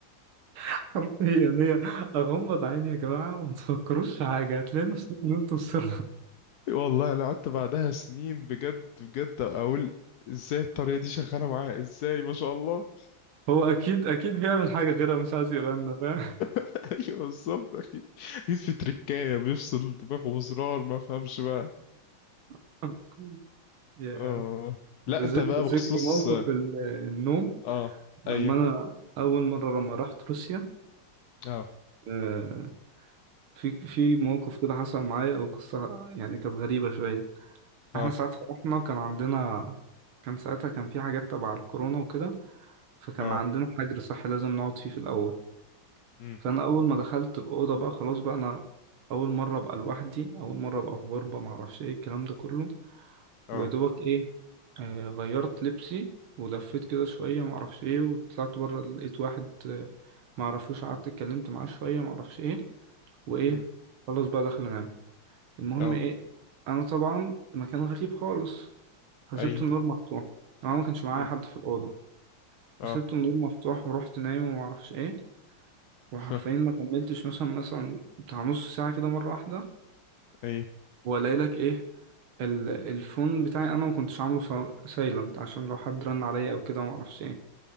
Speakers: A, on the right (about 80°); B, on the left (about 60°).
A: حرفيا هي اغمض عيني يا جماعه وما تفكروش في حاجه هتلاقي نفسك نلت السر
B: والله انا قعدت بعدها سنين بجد بجد اقول ازاي الطريقه دي شغاله معاه ازاي ما شاء الله
A: هو اكيد اكيد بيعمل حاجه غيرها مش عايز يقولها لنا فاهم
B: <laughs> ايوه بالظبط اكيد اكيد في تركايه بيفصل دماغه بزرار ما فهمش بقى
A: <laughs> يا
B: اه لا
A: بذ-
B: انت بقى
A: بذكر
B: بخصوص
A: موقف ال- النوم
B: اه
A: لما
B: ايوه
A: انا اول مره لما رحت روسيا
B: اه
A: آه، في في موقف كده حصل معايا او قصه يعني كانت غريبه شويه
B: اه
A: احنا ساعتها رحنا وكان عندنا كان ساعتها كان في حاجات تبع الكورونا وكده فكان
B: اه
A: عندنا حجر صحي لازم نقعد فيه في الاول
B: امم
A: فانا اول ما دخلت الاوضه بقى خلاص بقى انا اول مره ابقى لوحدي اول مره ابقى في غربه معرفش ايه الكلام ده كله
B: اه
A: ودوبك ايه آه غيرت لبسي ولفيت كده شويه معرفش ايه وطلعت بره لقيت واحد آه، معرفوش قعدت اتكلمت معاه شويه معرفش ايه وايه
B: امم
A: خلاص بقى داخل انام المهم
B: اه
A: ايه انا طبعا مكان غريب خالص فسبت
B: ايوه
A: النور مفتوح انا ما كانش معايا
B: امم
A: حد في الاوضه
B: اه
A: فسبت النور مفتوح ورحت نايم وما اعرفش ايه وحرفيا
B: <laughs>
A: ما كملتش مثلا مثلا بتاع نص ساعه كده مره واحده
B: ايوه
A: والاقي لك ايه ال- الفون بتاعي انا ما كنتش عامله سايلنت عشان لو حد رن عليا او كده ما اعرفش ايه